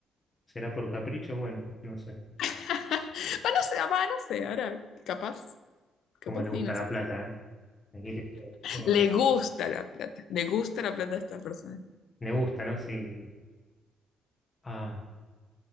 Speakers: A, on the left; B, on the left.
A: ¿Será por capricho? Bueno, no sé.
B: <laughs> Va, no sé, va, no sé, ahora capaz,
A: Como
B: capaz
A: le gusta
B: sí, no
A: la
B: sé.
A: plata, ¿eh? La quiere todo. No,
B: Le gusta la plata, le gusta la plata a esta persona.
A: me gusta, ¿no? Sí. Ah,